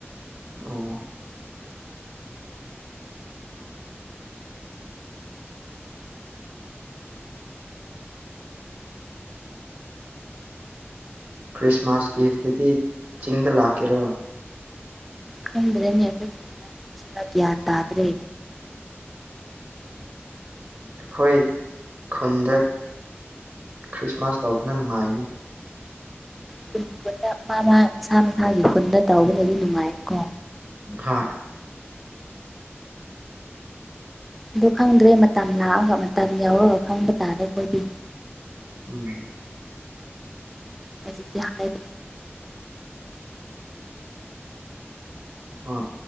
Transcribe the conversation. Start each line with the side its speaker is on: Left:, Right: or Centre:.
Right: ꯑꯣ ꯈ꯭ꯔꯤꯁꯃꯥꯁ ꯏꯐꯇꯨꯗꯤ ꯆꯤꯡꯗ ꯂꯥꯛꯀꯦꯔꯣ
Centre: ꯈꯪꯗ꯭ꯔꯦꯅꯦ ꯑꯩꯈꯣꯏ ꯄꯨꯔ ꯒ꯭ꯌꯥꯟ ꯇꯥꯗ꯭ꯔꯦ
Right: ꯑꯩꯈꯣꯏ ꯈꯨꯟꯗ ꯈ꯭ꯔꯤꯁꯃꯥꯁ ꯇꯧꯕꯅ ꯅꯨꯡꯉꯥꯏꯅꯤ
Centre: ꯈꯨꯟ ꯈꯨꯗ ꯃꯥ ꯃꯥ ꯃꯥ ꯃꯁꯥꯒꯤ ꯈꯨꯟꯗ ꯇꯧꯕꯅꯗꯤ ꯅꯨꯡꯉꯥꯏꯀꯣ
Right: ꯍꯣꯏ
Centre: ꯑꯗꯨ ꯈꯪꯗ꯭ꯔꯦ ꯃꯇꯝ ꯂꯥꯛꯑꯒ ꯃꯇꯝ ꯌꯥꯎꯔꯒ ꯈꯪꯕ ꯇꯥꯔꯦ ꯑꯩꯈꯣꯏꯗꯤ
Right: ꯎꯝ
Centre: ꯍꯧꯖꯤꯛꯇꯤ ꯍꯥꯏ
Right: ꯍꯣꯏ